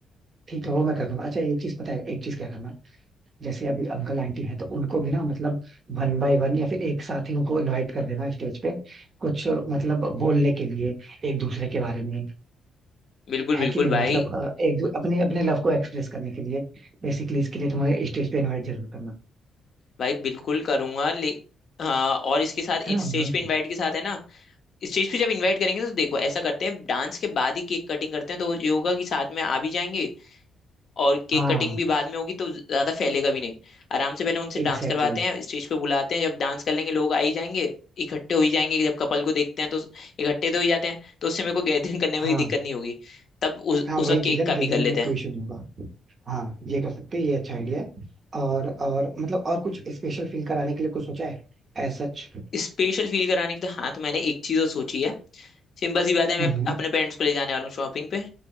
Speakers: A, on the right; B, on the left.
A: ठीक है वो मैं कर दूंगा अच्छा एक चीज पता है एक चीज क्या करना जैसे अभी अंकल आंटी हैं तो उनको भी ना मतलब वन बाय वन या फिर एक साथ ही उनको इनवाइट कर देना स्टेज पे कुछ मतलब बोलने के लिए एक दूसरे के बारे में
B: बिल्कुल बिल्कुल
A: है कि नहीं
B: भाई
A: मतलब अ, एक दू- अपने अपने लव को एक्सप्रेस करने के लिए बेसिकली इसके लिए तुम्हें स्टेज पे इनवाइट जरूर करना
B: भाई बिल्कुल करूंगा ले हाँ और इसके साथ
A: है
B: स्टेज
A: ना
B: पे इनवाइट के साथ है ना स्टेज पे जब इनवाइट करेंगे तो देखो ऐसा करते हैं डांस के बाद ही केक कटिंग करते हैं तो ये होगा कि साथ में आ भी जाएंगे और केक
A: हाँ
B: कटिंग भी बाद में होगी तो ज्यादा फैलेगा भी नहीं आराम से पहले उनसे
A: एग्जैक्टली
B: डांस करवाते हैं स्टेज पे बुलाते हैं जब डांस कर लेंगे लोग आ ही जाएंगे इकट्ठे हो ही जाएंगे जब कपल को देखते हैं तो इकट्ठे तो हो ही जाते हैं तो उससे मेरे को गैदरिंग <laughs> करने में
A: हाँ
B: भी दिक्कत नहीं होगी तब उस
A: हाँ
B: उस
A: वही
B: वक्त
A: चीज
B: केक
A: है ना
B: का
A: गैदरिंग
B: भी कर लेते
A: में
B: हैं
A: कोई इशू नहीं होगा हाँ ये कर सकते हैं ये अच्छा आइडिया है और और मतलब और कुछ स्पेशल फील कराने के लिए कुछ सोचा है एज सच
B: स्पेशल फील कराने की तो हाँ तो मैंने एक चीज और सोची है सिंपल सी बात है मैं
A: हम्म
B: अपने पेरेंट्स को ले जाने वाला हूँ शॉपिंग पे